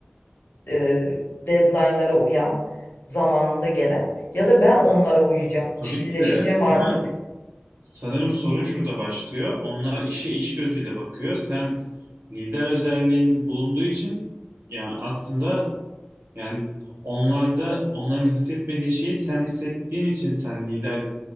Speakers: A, on the left (about 65°); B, on the right (about 80°).
A: e, deadline'lara uyan, zamanında gelen ya da ben onlara uyacağım,
B: tabii
A: çilleşeceğim
B: ki de.
A: artık.
B: Ama sanırım sorun şurada başlıyor. Onlar işe iş gözüyle bakıyor. Sen lider özelliğin bulunduğu için yani aslında Yani onlarda onların hissetmediği şeyi sen hissettiğin için sen lider